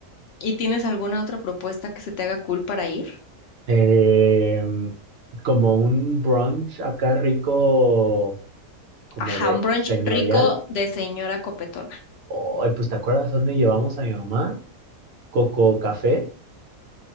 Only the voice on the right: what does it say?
Em, como un brunch acá rico, como
de
señorial.
Oh, pues ¿te acuerdas dónde llevamos a mi mamá? Coco Café.